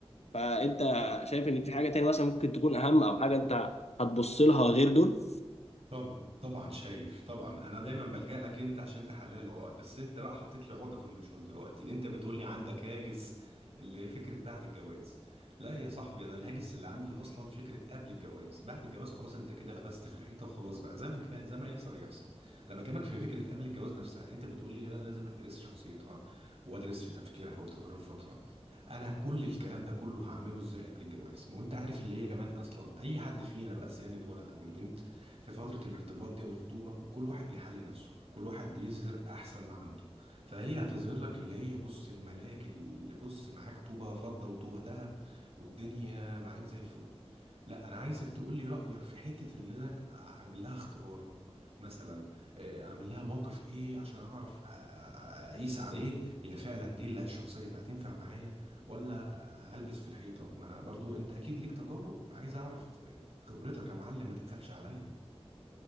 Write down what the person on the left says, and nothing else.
فأنت شايف إن في حاجة تاني مثلا ممكن تكون أهم أو حاجة أنت هتبص لها غير دول